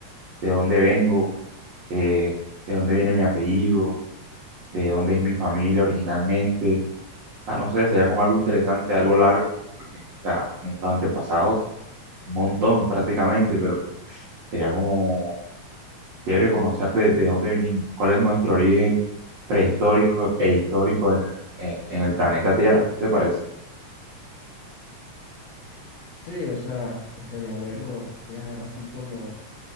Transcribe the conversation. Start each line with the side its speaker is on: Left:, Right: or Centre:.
Right: de dónde vengo, eh, de dónde viene mi apellido, de dónde es mi familia originalmente. Ah, no sé, sería como algo interesante, algo largo, porque, o sea, nuestros antepasados, un montón prácticamente, pero sería como chévere conocer de, de dónde venimos, cuál es nuestro origen prehistórico e histórico en, en en el planeta Tierra, ¿te parece?
Left: sí, o sea, estaría bueno viajar así como